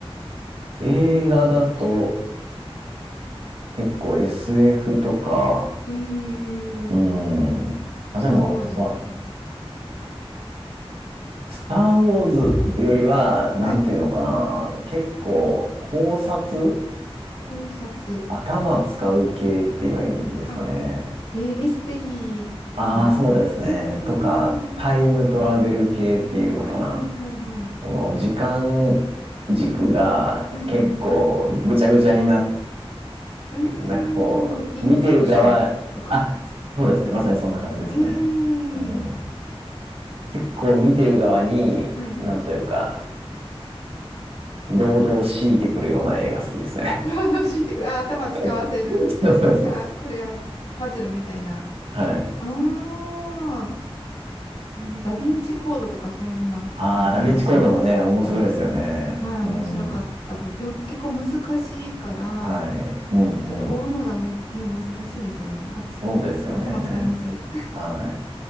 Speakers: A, on the right; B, on the left.
A: 映画だと結構 SF とか、
B: えー、
A: うーん。あ、
B: スター・
A: でも、
B: ウォーズみたいな。
A: わスター・ウォーズよりは、
B: <laughs>
A: なんていうのか
B: はい。
A: な。結構考察
B: 考察。
A: 頭使う系って言えばいいんですかね。
B: あ、えー、ミステリー的なうーん。
A: ああ、そうですね。とか、タイムトラベル系っていうのかな。
B: はいはいはいはい。
A: この時間軸が結構ぐちゃぐちゃになっ、
B: うんうん。はいはい。うーん。
A: なんかこう、
B: インセプションとか。
A: 見てる側、あ、そうですね。まさにそんな感じですね。
B: うーん。
A: うん。結構見てる側に、
B: はい。
A: なんというか、労働を強いてくるような映画好きですね。
B: 労働してくる。あ、頭使わせる感じですか。
A: <laughs> そうそうそう。
B: あ、これがパズルみたいな。
A: はい。
B: ああ。なるほど。ダヴィンチコードとかそんな感じがしました。
A: ああ、ダヴィンチコードもね、面白いですよね。
B: はい。
A: うん。
B: 面白かったです。でも結構難しいから、
A: はい。うんうん。
B: ちょっと追うのがむ、ね、難しいですよね。あ、
A: そうですよね。
B: 頭使いますよね。
A: はい。